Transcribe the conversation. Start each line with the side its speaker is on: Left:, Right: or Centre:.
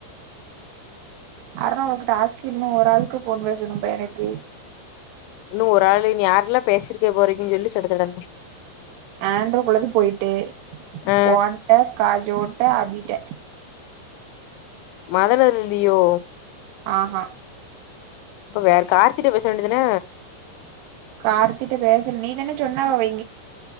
Right: அர்ணா உனக்கு டாஸ்க்கு இன்னு ஒரு ஆளுக்கு ஃபோன் பேசணும்பா எனக்கு
Left: இன்னு ஒரு ஆளு இன்னு யாரெல்லா பேசிருக்க போறீங்கன்னு சொல்லி சடச்சட
Right: ஆண்ரோக்குள்ளது போய்ட்டு
Left: ஆ
Right: ஓன்ட்ட, காஜோட்ட, அபிட்ட
Left: மதன் அதுல இல்லையோ
Right: ஆ ஹா
Left: அப்ப வேற கார்த்திட்ட பேச வேண்டிதான
Right: கார்த்திட்ட பேசல நீ தான சொன்ன அவ வை